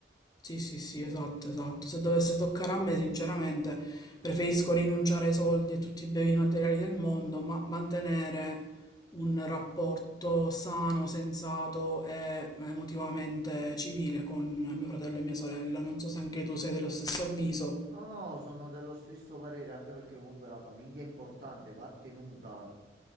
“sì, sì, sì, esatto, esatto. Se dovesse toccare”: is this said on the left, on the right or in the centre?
Left